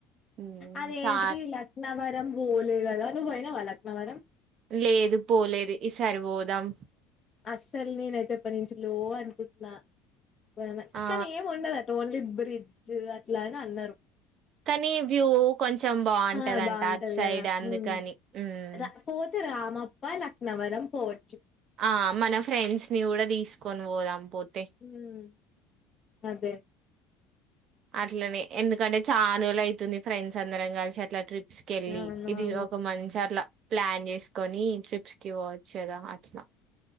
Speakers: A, on the right (about 45°); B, on the left (about 25°).
A: ఉమ్,
B: అదేంటిది
A: చా
B: ఇలా అన్నవరం బోలే గదా నువ్వు పోయినవా లక్నవరం
A: లేదు పోలేదు ఈ సారిపోదాం
B: అస్సలు నేనైతే ఎప్పటి నుంచి లో అనుకుంటున్నా పోదామ్ అని
A: ఆ
B: కానీ ఏం ఉండదు ఓన్లీ బ్రిడ్జ్ అట్లా అని అన్నరు
A: కానీ వ్యూ కొంచెం బాగుంటదంట
B: ఆ బాగుంటది
A: అట్ సైడ్
B: కదా
A: అందుకని
B: ఉమ్
A: ఉమ్
B: రా పోతే రామప్ప లక్నవరం పోవచ్చు
A: ఆ మన ఫ్రెండ్స్ ని కూడా తీస్కొని పోదాం పోతే
B: హ్మ్ అదే
A: అట్లనే ఎందుకంటే చాన్ రోజులు అయితుంది ఫ్రెండ్స్ అందరం కలిసి అట్లా ట్రిప్స్ కెళ్ళి
B: అవునవును
A: ఇది ఒక మంచి అట్లా ప్లాన్ చేసుకొని ట్రిప్స్ కి పో వచ్ కదా అట్లా